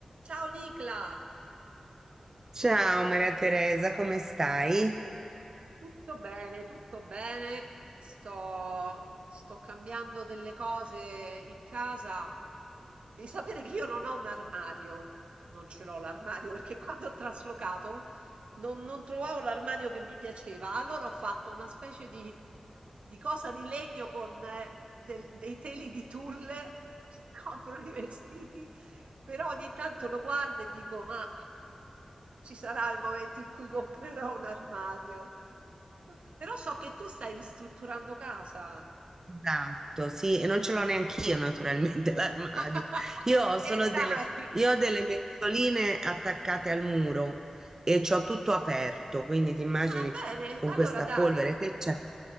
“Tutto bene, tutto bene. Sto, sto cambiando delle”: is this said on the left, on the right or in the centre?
Right